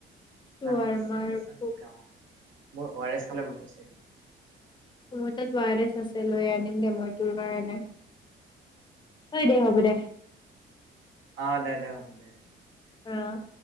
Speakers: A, on the left (about 25°); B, on the right (about 75°).
A: শৰ্ৱৰ্মা
B: কেঁচা শুনিছে
A: <inaudible>
B: কেঁচা শিকা। মোৰ অ আৰ এছ খাৱলৈ মন গৈছে এতিয়া
A: মোৰ তাত অ আৰএছ আছে লৈ আনিম দে মই তোৰ কাৰণে হয় ঐ দেই হ'ব দে
B: অ দে দে হ'ব দে
A: আহ